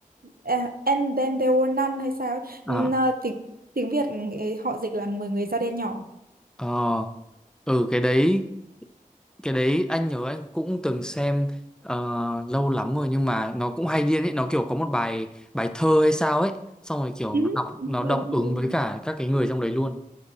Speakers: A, on the right; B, in the centre.
A: À, and then there were none hay sao ấy. N-
B: À
A: tiếng tiếng Việt ấy, họ dịch là 10 người da đen nhỏ.
B: ờ ừ cái đấy cái đấy anh nhớ anh cũng từng xem ờ, lâu lắm rồi nhưng mà nó cũng hay điên ấy nó kiểu có một bài bài thơ hay sao ấy xong rồi kiểu
A: Ừ,
B: nó đọc
A: Đúng
B: nó
A: rồi,
B: đọc
A: đúng
B: ứng với
A: rồi,
B: cả các cái người trong đấy luôn